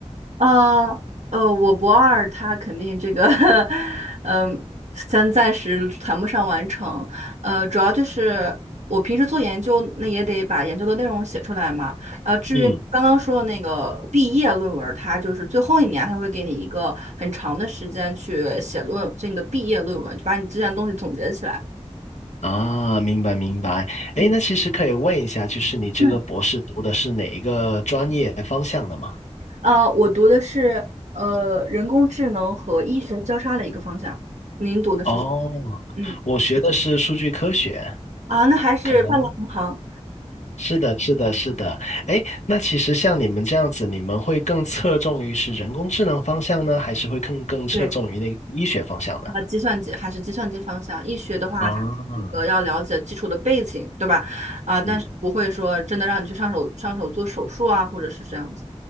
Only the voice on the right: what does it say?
呃呃，我博二他肯定这个，<laughs> 嗯、咱暂时谈不上完成。呃，主要就是我平时做研究，那也得把研究的内容写出来嘛。呃，至于刚刚说的那个毕业论文儿，
它就是最后一年，它会给你一个很长的时间去写论，所以你的毕业论文就把你之前的东西总结起来。
嗯
嗯，呃，我读的是呃人工智能和医学交叉的一个方向，您读的是？
嗯。
啊，那还是半个同行。
对，啊，计算机还是计算机方向。一学的话，
它是一个要了解基础的背景，对吧？啊，但是不会说真的让你去上手上手做手术啊，
或者是这样子。